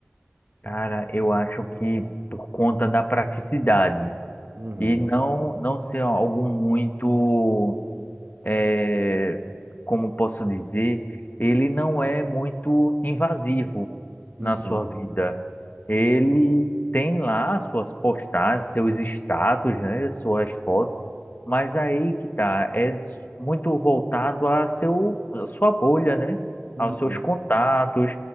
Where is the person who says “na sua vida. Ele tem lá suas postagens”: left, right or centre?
Left